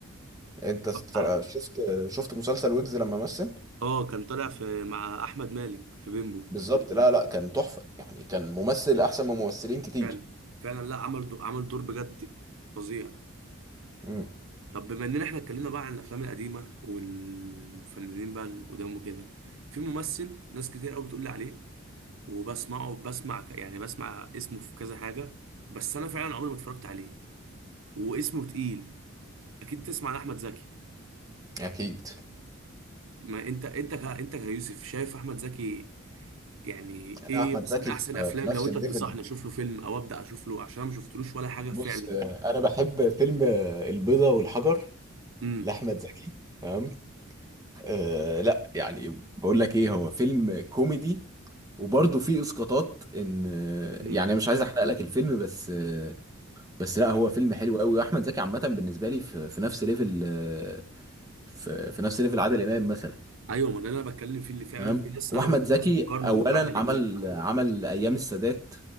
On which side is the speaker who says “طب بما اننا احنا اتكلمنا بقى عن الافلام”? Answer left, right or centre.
Right